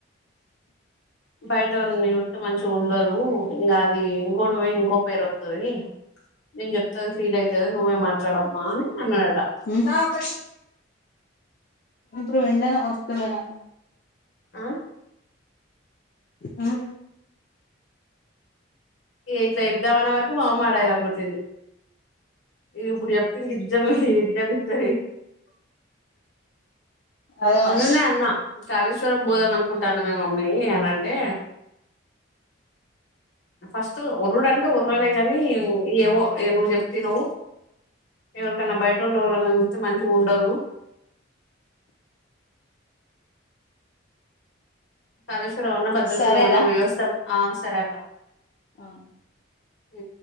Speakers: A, on the left; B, on the left.
A: బయటోనీ చూస్తే మంచి గుండదు ఇంకా అది ఇంకోటి పోయి ఇంకో పేరు వస్ వయి నేను చెప్తాది ఫీల్ అయితది నువ్వే మాట్లాడమ్మా అని అన్నాడటా
B: ఇం ఒక ఇప్పుడు వెంను ఒస్తులేనా
A: ఆ
B: ఆ
A: ఇట్లా చెబ్దామనే వరకు మ అమ్మ ఈ డైలాగ్ కొట్టింది ఇది ఇప్పుడు చెప్తే ఇజ్జత్ ఇజ్జదిిస్తది
B: అదే
A: మొన్ననే
B: మరి
A: అన్నా కాలెశ్వరం బోదం అనుకుంటాను మమ్మీ అని అంటే ఫస్ట్ ఉర్రుడు అంటే ఉర్రలే గాని ఏవో నువ్వు చెప్త వినవు ఎవరికైన్నా బయట వాళ్ళు ఎవరన్నా చూస్తే మంచిగ ఉండదు కాళేశ్వరం అన్నా భద్రచలం
B: సరేరా
A: అన్న పోయోస్తాం ఆ సరే అక్క
B: అవును
A: అ